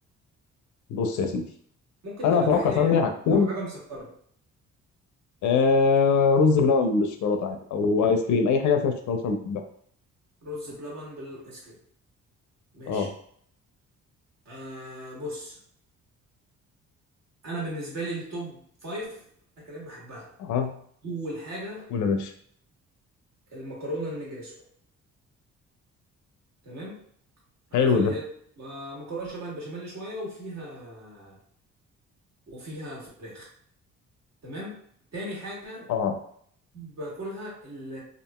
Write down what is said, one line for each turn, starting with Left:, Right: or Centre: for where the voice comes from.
Left: بص يا سيدي
Right: ممكن
Left: أنا
Right: تبقى
Left: أتوقع
Right: تحليه
Left: فعلا
Right: يعني،
Left: إن هي هتكون
Right: لو حاجه مسكره
Left: آه رز بلبن بالشوكولاتة عادي أو آيس كريم أي حاجة فيها شوكولاتة أنا بحبها
Right: رز بلبن بالايس كريم ماشي
Left: اه
Right: آه بص انا بالنسبه لي التوب فايف اكلات بحبها
Left: اه
Right: اول حاجه
Left: قول يا باشا
Right: المكرونه النجريسكو تمام عارفها
Left: حلو
Right: اللي
Left: ده
Right: هي آه، مكرونه شبه البشاميل شويه وفيها وفيها فراخ تمام تاني حاجه
Left: اه
Right: باكلها ال-